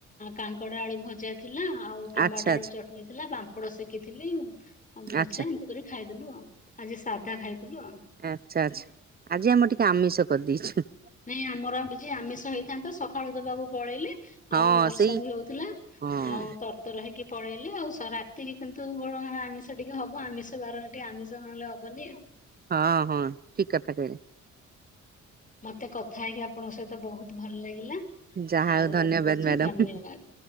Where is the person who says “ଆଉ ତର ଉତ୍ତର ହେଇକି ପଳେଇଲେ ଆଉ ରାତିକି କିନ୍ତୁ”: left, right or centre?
Left